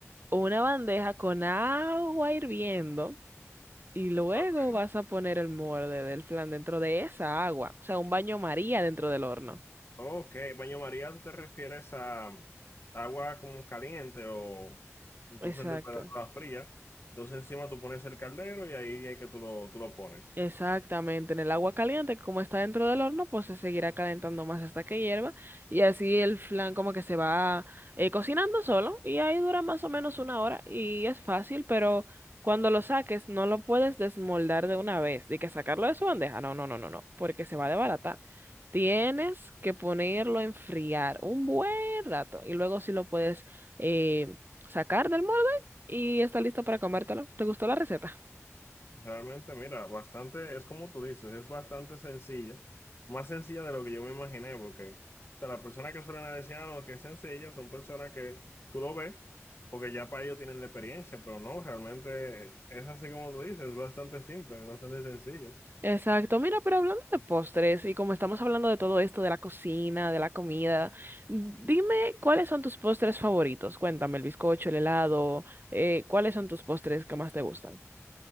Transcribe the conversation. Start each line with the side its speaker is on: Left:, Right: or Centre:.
Right: una bandeja con agua hirviendo y luego
Left: Ok.
Right: vas a poner el molde del flan dentro de esa agua, o sea, un baño María dentro del horno.
Left: Ok, baño María, ¿tú te refieres a agua como caliente o
Right: Exacto.
Left: tú en temperatura fría? Entonces encima tú pones el caldero y ahí es que tú lo, tú lo pones.
Right: Exactamente, en el agua caliente, que como está dentro del horno, pues se seguirá calentando más hasta que hierva y así el flan como que se va eh, cocinando solo y ahí dura más o menos una hora y es fácil, pero cuando lo saques no lo puedes desmoldar de una vez, de que sacarlo de su bandeja, no, no, no, no, no, porque se va a desbaratar. Tienes que ponerlo a enfriar un buen rato y luego si lo puedes eh, sacar del molde y está listo para comértelo. ¿Te gustó la receta?
Left: Realmente, mira, bastante, es como tú dices, es bastante sencilla, más sencilla de lo que yo me imaginé, porque o sea, las personas que suelen decir, ah, no, que es sencilla, son personas que tú lo ves, porque ya para ellos tienen la experiencia, pero no, realmente es así como tú dices, es bastante simple, es bastante sencillo.
Right: Exacto, mira, pero hablando de postres y como estamos hablando de todo esto, de la cocina, de la comida, dime cuáles son tus postres favoritos. Cuéntame, el bizcocho, el helado, eh, ¿cuáles son tus postres que más te gustan?